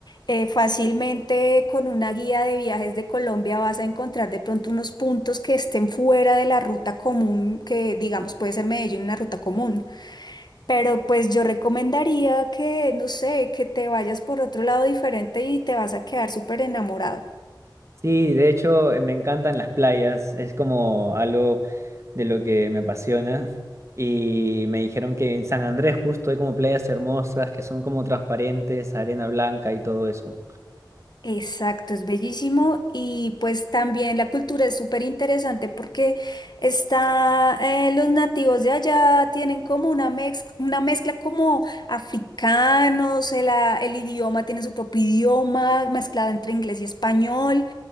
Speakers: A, on the left; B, on the right.
A: Eh, fácilmente con una guía de viajes de Colombia vas a encontrar de pronto unos puntos que estén fuera de la ruta común, que digamos puede ser Medellín una ruta común. Pero pues yo recomendaría que, no sé, que te vayas por otro lado diferente y te vas a quedar súper enamorado.
B: Sí, de hecho eh, me encantan las playas, es como algo de lo que me apasiona y me dijeron que en San Andrés justo hay como playas hermosas que son como transparentes, arena blanca y todo eso.
A: Exacto, es bellísimo y pues también la cultura es súper interesante porque está, eh, los nativos de allá tienen como una mez- una mezcla como africanos, el, a- el idioma tiene su propio idioma mezclado entre inglés y español